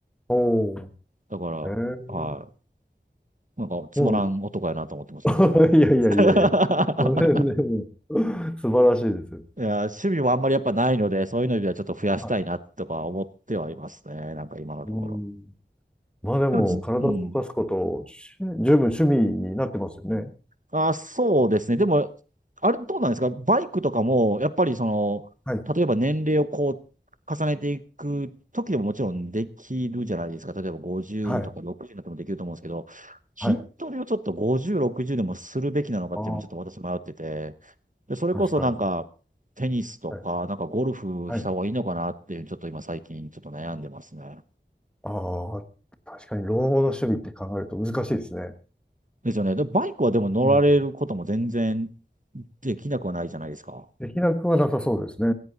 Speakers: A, in the centre; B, on the right (about 45°).
A: おお。
B: だか
A: えー、
B: ら、はいなんかつまらん男やなと思ってますけど、
A: もう、<laughs>
B: 時
A: いやいやいやいや。
B: 々
A: <laughs> それでも、
B: <laughs>
A: 素晴らしいです。
B: いや、趣味もあんまりやっぱないので、そういうのではちょっと増やしたいなとか思ってはいますね。
A: は
B: なんか今のところ。
A: い。うん。まあでも、
B: でもじ、
A: 体を動かすこと、
B: うん。
A: し十分趣味になってますよね。
B: あ、そうですね。でも、あれどうなんですかバイクとかも、やっぱりその、
A: はい。
B: 例えば年齢をこう、重ねていく時でももちろんできるじゃないですか。例えば50とか60になってもできると思うんですけど、
A: はい。
B: 筋トレをちょっと50、
A: はい。
B: 60でもするべきなのかっていうのもちょっと私迷ってて、
A: ああ、
B: で、それこそなんか、
A: 確かに。
B: テニスとか、
A: はい。
B: なんかゴルフした方がいいのかなっていう、
A: はい。
B: ちょっと今最近ちょっと悩んでますね。
A: ああ、確かに老後の趣味って考えると難しいですね。
B: ですよね。で、バイクはでも乗られることも全然
A: うん。
B: できなくはないじゃないですか。
A: できなくはなさそうですね。